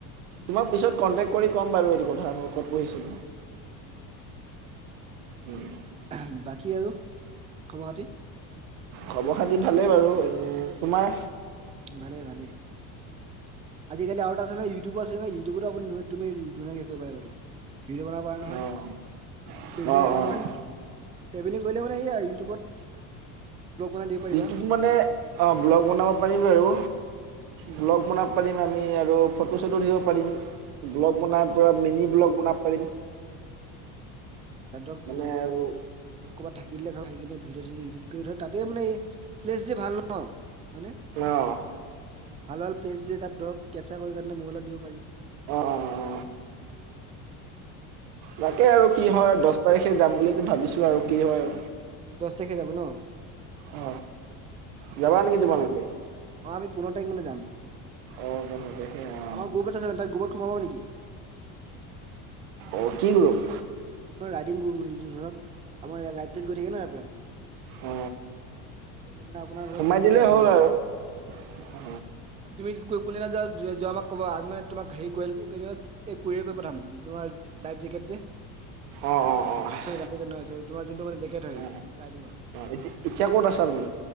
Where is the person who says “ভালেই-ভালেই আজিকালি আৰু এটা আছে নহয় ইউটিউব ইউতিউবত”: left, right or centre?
Right